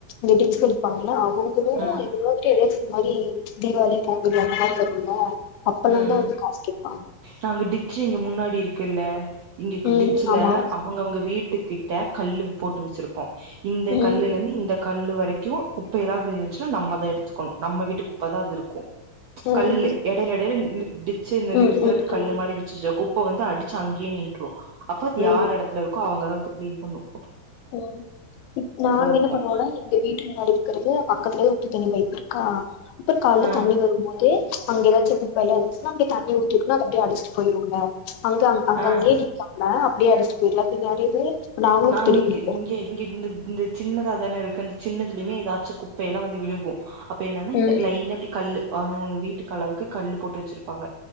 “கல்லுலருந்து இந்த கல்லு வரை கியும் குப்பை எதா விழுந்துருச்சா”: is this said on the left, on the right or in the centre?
Right